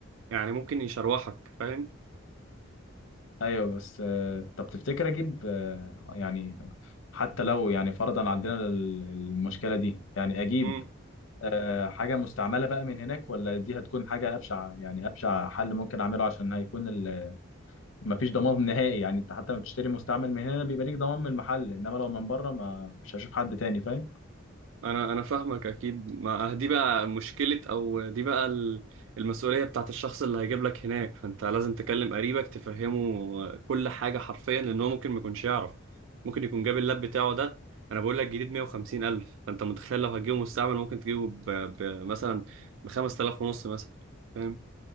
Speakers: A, on the right; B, on the left.
A: يعني ممكن يشروحك فاهم
B: ايوه بس آه، طب تفتكر اجيب آه، يعني حتى لو يعني فرضا عندنا ال- المشكله دي يعني اجيب
A: امم
B: آه، حاجه مستعمله بقى من هناك ولا دي هتكون حاجه ابشع يعني ابشع حل ممكن اعمله عشان هيكون ال- مفيش ضمان نهائي يعني انت حتى لما بتشتري مستعمل من هنا بيبقى ليك ضمان من المحل انما لو من بره ما مش هشوف حد تاني فاهم
A: انا انا فاهمك اكيد ما أه، دي بقى مشكلة او دي بقى ال- المسؤولية بتاعت الشخص اللي هيجيب لك هناك فانت لازم تكلم قريبك تفهمه كل حاجة حرفيا لان هو ممكن ما يكونش يعرف ممكن يكون جاب اللاب بتاعه ده انا بقول لك جديد 150 الف فانت متخيل لو هتجيبه مستعمل ممكن تجيبه ب... ب... مثلا ب 5000 ونص مثلا فاهم